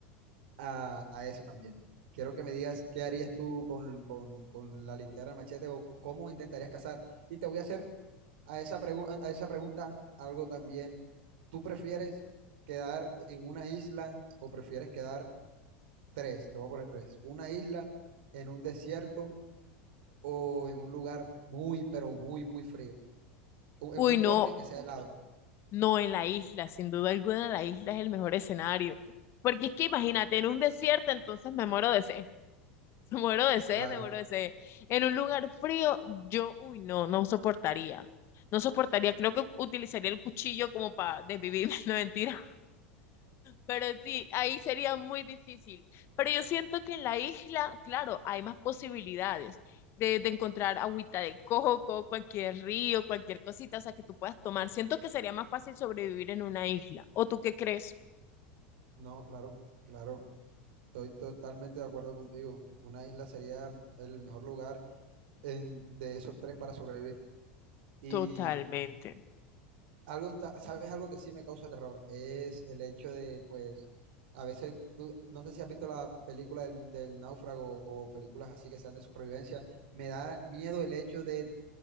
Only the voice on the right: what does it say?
a, a eso también. Quiero que me digas qué harías tú con, con, con la linterna el machete o cómo intentarías cazar. Y te voy a hacer a esa, pregu- a esa pregunta algo también. ¿Tú prefieres quedar en una isla o prefieres quedar tres? Te voy a poner tres. Una isla en un desierto o en un lugar muy, pero muy, muy frío. O
En un
bosque que sea Muy helado. <laughs>
Claro,
no, claro, claro. Estoy totalmente de acuerdo contigo. Una isla sería el mejor lugar en- de esos tres para sobrevivir. Y
algo, está- ¿sabes algo que sí me causa terror? Es el hecho de, pues, a veces, tú- no sé si has visto la película del, del náufrago o películas así que sean de supervivencia, me da miedo el hecho de,